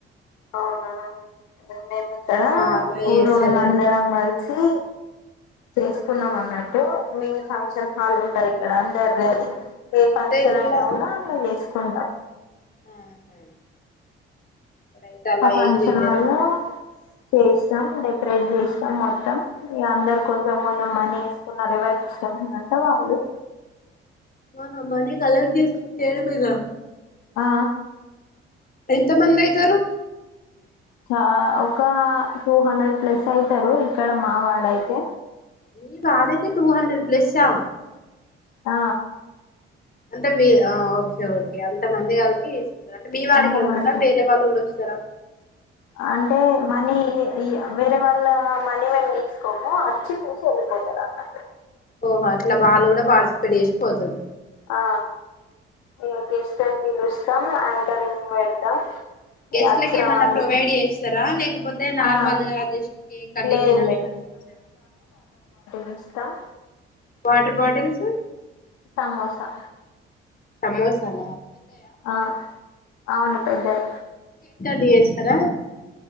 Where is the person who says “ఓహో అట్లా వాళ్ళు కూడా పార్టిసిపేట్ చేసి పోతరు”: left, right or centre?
Left